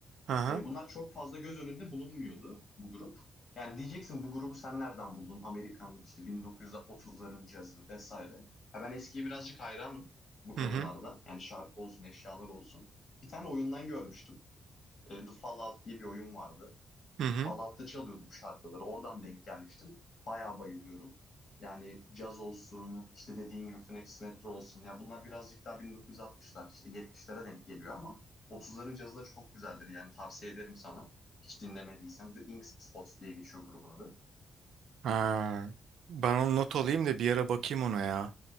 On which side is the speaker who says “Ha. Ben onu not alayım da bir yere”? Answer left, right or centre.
Right